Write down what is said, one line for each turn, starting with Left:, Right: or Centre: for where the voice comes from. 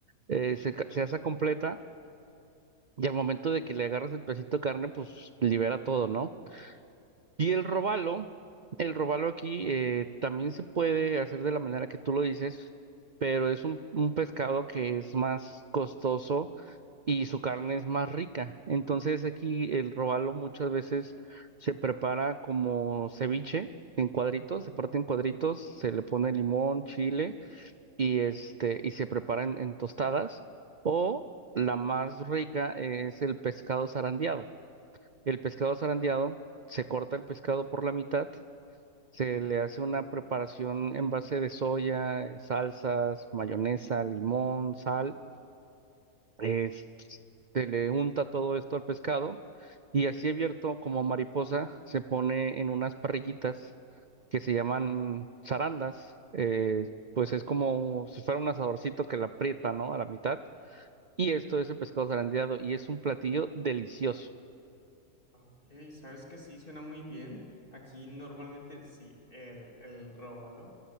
Right: Eh, se, ca- se asa completa y al momento de que le agarras el pedacito de carne, pues libera todo, ¿no? Y el robalo, el robalo aquí eh, también se puede hacer de la manera que tú lo dices, pero es un, un pescado que es más costoso y su carne es más rica. Entonces aquí el robalo muchas veces se prepara como ceviche en cuadritos, se parte en cuadritos, se le pone limón, chile y este y se prepara en, en tostadas o la más rica es el pescado zarandeado. El pescado zarandeado se corta el pescado por la mitad, se le hace una preparación en base de soya, salsas, mayonesa, limón, sal eh, se le unta todo esto al pescado y así abierto como mariposa se pone en unas parrillitas que se llaman zarandas, eh, pues es como si fuera un asadorcito que la aprieta, ¿no? A la mitad. Y esto es el pescado zarandeado y es un platillo delicioso.
Left: Ah, Ok, sabes que sí, suena muy bien. Aquí normalmente sí, el, el róbalo